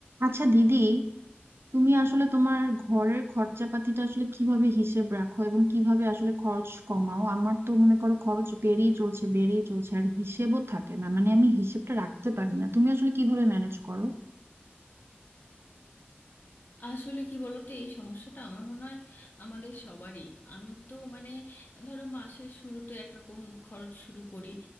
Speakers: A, on the right; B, on the left.
A: আচ্ছা দিদি তুমি আসলে তোমার ঘরের খরচাপাতিটা আসলে কিভাবে হিসেব রাখো এবং কিভাবে আসলে খরচ কমাও আমার তো মনে করো খরচ বেড়েই চলছে বেড়েই চলছে আর হিসেবও থাকে না মানে আমি হিসেবটা রাখতে পারি না তুমি আসলে কিভাবে ম্যানেজ করো
B: আসলে কি বলতো এই সমস্যাটা আমার মনে হয় আমাদের সবারই আমি তো মানে ধরো মাসের শুরুতে একরকম খরচ শুরু করি